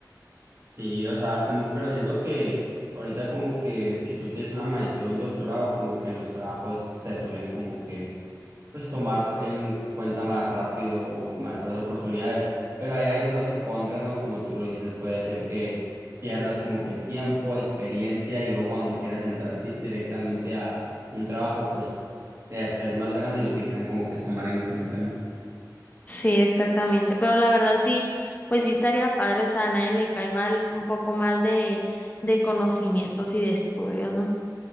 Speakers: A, on the right; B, on the left.
A: Sí, o sea, como, pero siento que ahorita como que si tú tienes una maestría o un doctorado, como que en los trabajos se suelen como que, pues tomar en cuenta más rápido o mejores oportunidades, pero ahí hay pros y contras, ¿no? Como tú lo dices, puede ser que pierdas como que tiempo, experiencia y luego cuando quieras entrar di- directamente a un trabajo, pues te estés más grande y no te quieran como que tomar en cuenta, ¿no?
B: Sí, exactamente. Pero la verdad sí, pues sí estaría padre, o sea, a nadie le cae mal un poco más de, de conocimientos y de estudios, ¿no?